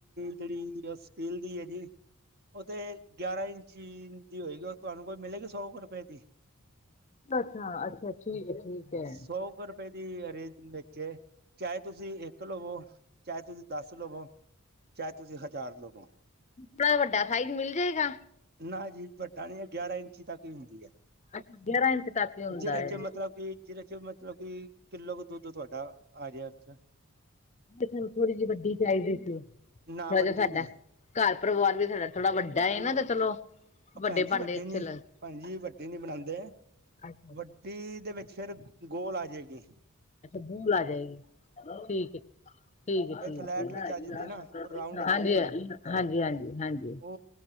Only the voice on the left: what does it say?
ਅੱਛਾ, ਅੱਛਾ ਠੀਕ ਹੈ, ਠੀਕ ਹੈ।
ਥੋੜਾ ਵੱਡਾ ਸਾਈਜ਼ ਮਿਲ ਜਾਏਗਾ?
ਅੱਛਾ, ਗਿਆਰਾਂ ਇੰਚ ਤਕ ਹੀ ਹੁੰਦਾ
ਏ।
ਤੁਹਾਨੂੰ ਥੋੜੀ ਜਿਹੀ ਵੱਡੀ ਚਾਹੀਦੀ ਸੀ। ਥੋੜਾ
ਜਿਹਾ ਸਾਡਾ।
ਘਰ ਪਰਿਵਾਰ ਵੀ ਸਾਡਾ ਥੋੜਾ ਵੱਡਾ ਏ ਤੇ ਚਲੋ।
ਭਾਂਡੇ
ਅੱਛੇ
ਲੱਗ
ਅੱਛਾ।
ਅੱਛਾ ਬੂਲ ਆ ਜਾਏਗੀ ਠੀਕ ਹੈ ਠੀਕ ਐ
ਠੀਕ,
ਹਾਂਜੀ
ਹਾਂਜੀ ਹਾਂਜੀ ਹਾਂਜੀ ਹਾਂਜੀ।